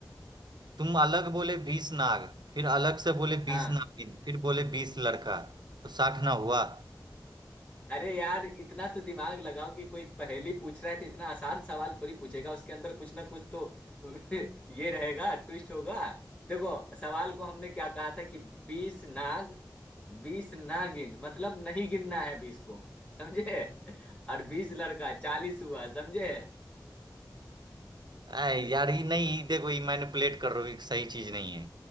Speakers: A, on the right; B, on the left.
A: तुम अलग बोले बीस नाग फिर अलग से बोले
B: हाँ
A: बीस नागिन फिर बोले बीस लड़का तो साठ ना हुआ
B: अरे यार इतना तो दिमाग लगाओ कि कोई पहेली पूछ रहा है तो इतना आसान सवाल थोड़ी पूछेगा उसके अंदर कुछ ना कुछ तो <laughs> ये रहेगा ट्विस्ट होगा देखो सवाल को हमने क्या कहा था कि बीस नाग बीस ना गिन मतलब नहीं गिनना है बीस को समझे और बीस लड़का चालीस हुआ समझे
A: अरे यार ये नहीं ये देखो ये मैनिपुलेट कर रहे हो ये सही चीज नहीं है